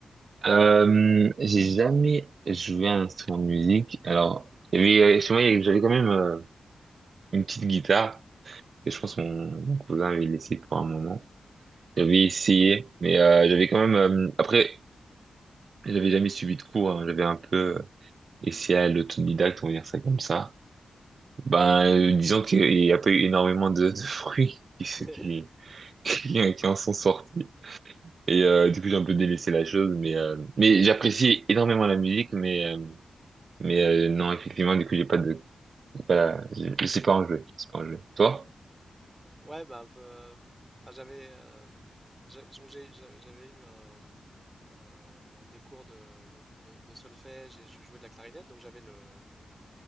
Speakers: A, on the right; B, on the right.
A: Euh, j'ai jamais joué à un instrument de musique. Alors, il y avait, euh, chez moi, il y avait- j'avais quand même euh, une petite guitare que je pense mon, mon cousin avait laissée pour un moment. J'avais essayé, mais euh, j'avais quand même. euh, après, j'avais jamais suivi de cours. hein. J'avais un peu euh, essayé à l'autodidacte, on va dire ça comme ça. Ben, euh, disons qu'il n'y a pas eu énormément de, de <laughs> fruits qui, se-
B: <laughs>
A: qui, qui, qui en sont sortis. Et euh, du coup, j'ai un peu délaissé la chose, mais euh, mais j'apprécie énormément la musique, mais euh, mais euh, non, effectivement, du coup, j'ai pas de, j'ai pas, je je sais pas en jouer. Je sais pas en jouer. Toi?
B: Ouais, bah un peu. euh, enfin, j'avais euh, j'a- donc j'ai- j'a- j'avais eu un, un- des cours de, de- de- de solfège et je jouais de la clarinette, donc j'avais le, le-